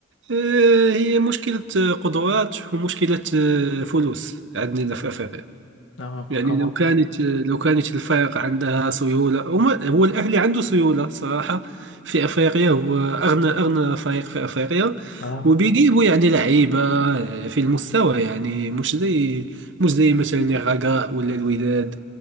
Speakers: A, on the right (about 65°); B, on the left (about 70°).
A: آه، هي مشكلة قدرات ومشكلة آه، فلوس عندنا في أفريقيا
B: اه
A: يعني
B: كم
A: لو كانت لو كانت الفرق عندها سيولة هما- هو الأهلي عنده سيولة صراحة في أفريقيا هو أغنى أغنى فريق في أفريقيا
B: اه
A: وبيجيبوا يعني لعيبة آه، في المستوى يعني مش زي مش زي مثلا الرجاء ولا الوداد